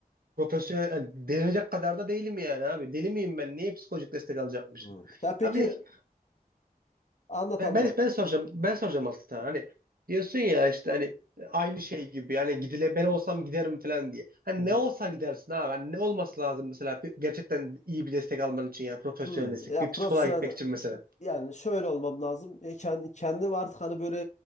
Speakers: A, on the right (about 70°); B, on the left (about 50°).
A: Profesyonel yani delirecek kadar da değilim yani abi. Deli miyim ben? Niye psikolojik destek alacakmışım?
B: Hmm. Ya peki
A: Abi
B: Anlat
A: ben,
B: anlat.
A: ben ben soracağım. Ben soracağım aslında. Hani diyorsun ya işte hani aynı şey gibi yani gidile ben olsam giderim falan diye. Hani
B: Hı hı.
A: ne olsa gidersin abi. Hani ne olması lazım mesela pe- gerçekten iyi bir destek alman için yani profesyonel
B: Hmm,
A: destek.
B: ya
A: Bir psikoloğa
B: profesyonel
A: gitmek için mesela.
B: yani şöyle olmam lazım. E, kend- kendim artık hani böyle